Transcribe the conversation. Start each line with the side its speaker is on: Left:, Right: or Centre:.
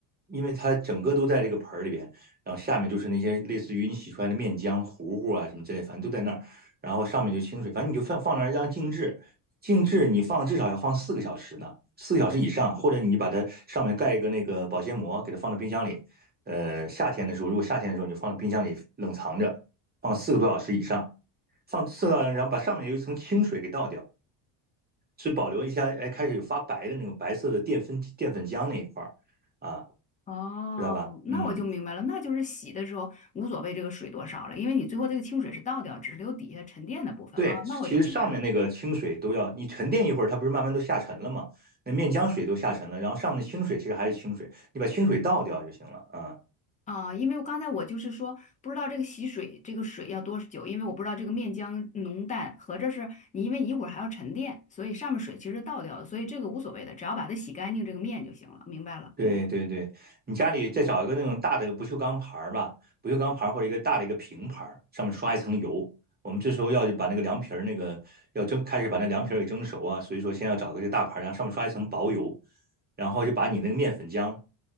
Right: 因为它整个都在这个盆儿里边，然后下面就是那些类似于你洗出来的面浆糊糊啊什么之类，反正都在那儿，然后上面就清水，反正你就放放那儿让静置，静置你放至少要放四个小时呢，四个小时以上，或者你就把它上面盖一个那个保鲜膜，给它放到冰箱里，呃，夏天的时候，如果夏天的时候你就放到冰箱里冷藏着，放四个多小时以上。放射到，然后把上面有一层清水给倒掉，只保留一下，哎，开始有发白的那种白色的淀粉淀粉浆那一块儿啊，
Left: 哦，
Right: 知道吧？
Left: 那我就明白了，
Right: 嗯，
Left: 那就是洗的时候无所谓这个水多少了，因为你最后这个清水是倒掉，只是留底下沉淀的部分啊，
Right: 对，其实上面那个清水都要你沉淀一会儿，
Left: 那我就明白了。
Right: 它不是慢慢都下沉了吗？那面浆水都下沉了，然后上面的清水其实还是清水，你把清水倒掉就行了啊。
Left: 啊，因为我刚才我就是说不知道这个洗水这个水要多久，因为我不知道这个面浆浓淡，合着是你因为一会儿还要沉淀，所以上面水其实倒掉了，所以这个无所谓的，只要把它洗干净这个面就行了，明白了，
Right: 对对对，
Left: 嗯。
Right: 你家里再找一个那种大的不锈钢盘儿吧，不锈钢盘儿或者一个大的一个平盘儿，上面刷一层油。我们这时候要把那个凉皮儿那个要蒸，开始把那凉皮儿给蒸熟啊，所以说先要找个这大盘儿，然后上面刷一层薄油，然后就把你那个面粉浆